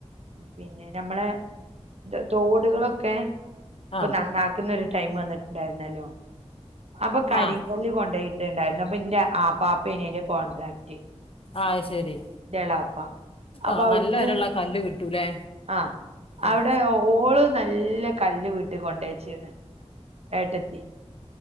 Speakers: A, on the right; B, on the left.
A: പിന്നെ ഞമ്മളെ ദെ തോട്കളൊക്കെ ഇപ്പൊ
B: ആഹ്
A: നന്നാക്ക്ന്ന ഒരു ടൈമ് വന്ന്ട്ട്ണ്ടായിര്ന്നല്ലോ അപ്പൊ കരിങ്കല്ല്
B: ആഹ്
A: കൊണ്ടോയി ഇണ്ടായിര്ന്നു അപ്പന്റെ ആപ്പാപ്പേനു ഐന്റെ കോൺട്രാക്ട്
B: അത് ശരി
A: ന്റെളാപ്പ അപ്പൊ
B: ആഹ്
A: അവ്ട്ന്ന്
B: നല്ല ഒരള്ള കല്ല് കിട്ടൂലേ
A: ആഹ് അവടെ
B: ഉം
A: ഓള് നല്ല കല്ല് വീട്ട്കൊണ്ടച്ച്ന് ഏട്ടത്തി